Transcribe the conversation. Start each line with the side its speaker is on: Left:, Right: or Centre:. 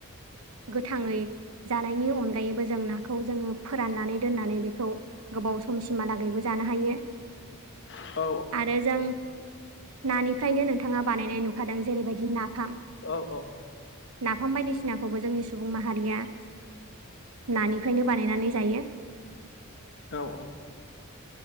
Right: गोथाङै जानायनि अनगायैबो जों नाखौ जोङो फोराननानै दोननानै बेखौ गोबाव समसिमहालागैबो जानो हायो
Left: औ
Right: आरो जों नानि फ्रायनो नोंथाङा बानायनाय नुखादों जेरैबायदि नाफाम।
Left: औ
Right: नाफाम बायदिसिनाखौबो जोंनि सुबुं माहारिया नानिफ्रायनो बानायनानै जायो।
Left: औ औ।